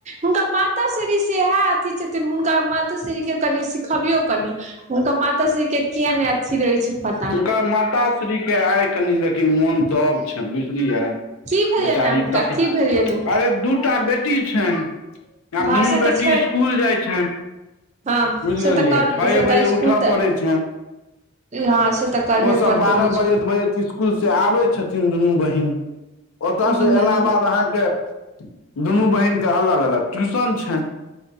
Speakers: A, on the right; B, on the left.
A: हुनका माता क्ष्री से इएह अथथि छथिन हुनका माता क्ष्री के। कनि सिखबियो कनि हुनकर माता क्ष्री के किया ने अथी रहे छनि प।
B: हुनकर माताश्रीके आइ कनि लेकिन मोन दब छनि बुझलियै।
A: की भेलनि
B: बेचारी
A: ने हुनका
B: त
A: की भेलनि ने
B: अरे दूटा बेटी छनि। आब
A: हँ
B: दुनू
A: से
B: बेटी
A: तऽ छै
B: इसकूल जाय छैन।
A: हँ
B: बुझिगेलियै
A: से तऽ कर
B: छए
A: से
B: बजे
A: तऽ इसकुल
B: उठय
A: तऽ
B: पड़ैत छनि।
A: हँ से। तऽ करहे
B: ओ सब
A: पड़तनि
B: बारह
A: इसकुल
B: बजेत बजेत इ। इसकुल से आबै छथिन दुनू बहिन ओतय से
A: हूँ हूँ
B: अयला बाद अहाँके। दुनू बहिनके अलग अलग ट्यूशन छनि।